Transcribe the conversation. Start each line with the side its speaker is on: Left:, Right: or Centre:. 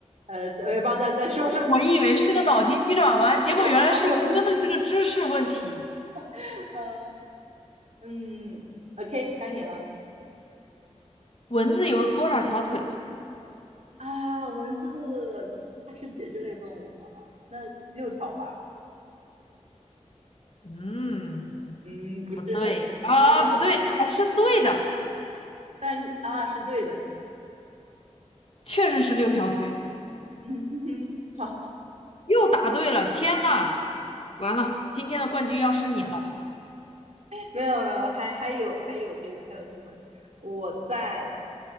Right: 呃，我也不知道在在说什么
Left: 我以为是个脑筋急转弯，结果原来是一个真的是个知识问题。
Right: <laughs> 啊，我不是，<laughs> 呃嗯，OK，该你了。
Left: 蚊子有多少条腿？
Right: 啊，蚊子它是节肢类动物吗？那六条吧？
Left: 嗯，
Right: 嗯，不是，
Left: 不对，
Right: 那
Left: 啊，
Right: 那多少？
Left: 不对，啊，是对的，
Right: 但是啊，是对的。
Left: 确实是六条腿，
Right: 嗯哼哼，<laughs> 好，
Left: 又答对了。天呐，完了，今天的冠军要是你了，
Right: 没有没有，还还有还有这个还有机会。我再